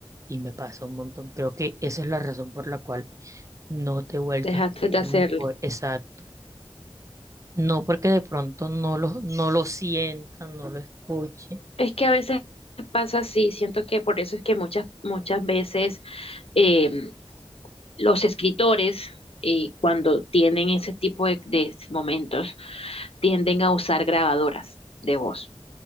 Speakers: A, on the right (about 30°); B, on the left (about 70°).
A: Y me pasa un montón. Creo que esa es la razón por la cual no te he vuelto
B: Dejaste
A: a escribir
B: de hacerlo.
A: un poema. Exacto. No porque de pronto no lo, no lo sienta, no lo escuche.
B: Es que a veces pasa así, siento que por eso es que muchas, muchas veces em, los escritores, eh, cuando tienen ese tipo de, de momentos, tienden a usar grabadoras de voz,